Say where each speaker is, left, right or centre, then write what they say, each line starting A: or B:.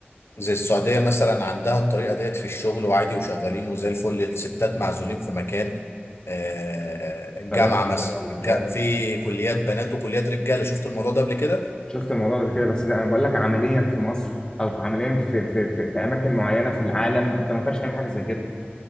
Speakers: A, on the left; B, on the left.
A: زي السعوديه مثلا عندها الطريقه ديت في الشغل وعادي وشغالين وزي الفل الستات معزولين في مكان آه، الجامعه
B: فده بالنسبة
A: مثلا
B: للأول.
A: الج- في كليات بنات وكليات رجاله شفت الموضوع ده قبل كده
B: شفت الموضوع ده قبل كده بس زي انا بقول لك عمليا في مصر او في عمليا في في في, في اماكن معينه في العالم انت ما ينفعش تعمل حاجه زي كده